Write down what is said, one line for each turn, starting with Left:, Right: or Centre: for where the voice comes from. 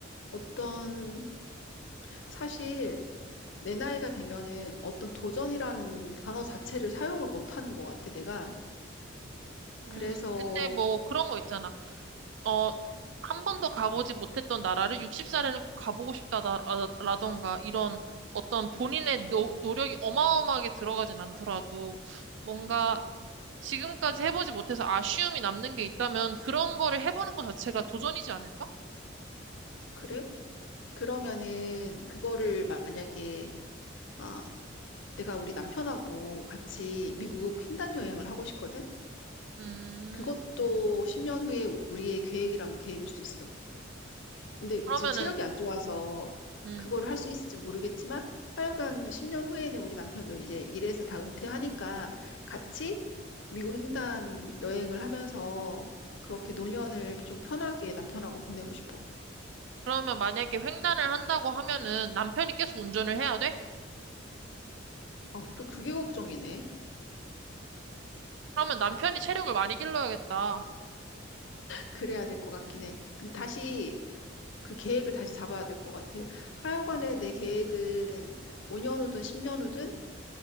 Left: 어떤 사실 내 나이가 되면은 어떤 도전이라는 단어 자체를 사용을 못 하는 것 같아, 내가.
Right: 음,
Left: 그래서
Right: 근데 뭐 그런 거 있잖아. 어, 한 번도 가보지 못했던 나라를 60살에는 꼭 가보고 싶다라던가 이런 어떤 본인의 노, 노력이 어마어마하게 들어가진 않더라도 뭔가
Left: 음,
Right: 지금까지 해보지 못해서 아쉬움이 남는 게 있다면 그런 거를 해보는 것 자체가 도전이지 않을까?
Left: 그래? 그러면은 그거를 만약에 아, 내가 우리 남편하고 같이 미국 횡단 여행을 하고 싶거든?
Right: 음,
Left: 그것도 10년 후에 우리의 계획이라면 계획일 수 있어. 근데
Right: 그러면은,
Left: 지금 체력이 안 좋아서
Right: 음,
Left: 그거를 할 수 있을지 모르겠지만 하여간 10년 후에는 우리 남편도 이제 일에서 다 은퇴하니까 같이 미국 횡단 여행을 하면서 그렇게 노년을 좀 편하게 남편하고 보내고 싶어.
Right: 그러면 만약에 횡단을 한다고 하면은 남편이 계속 운전을 해야 돼?
Left: 아, 또 그게 걱정이네.
Right: 그러면 남편이 체력을 많이 길러야겠다.
Left: 그래야 될 것 같긴 해. 그럼 다시 그 계획을 다시 잡아야 될 것 같아. 하여간에 내 계획은 5년 후든 10년 후든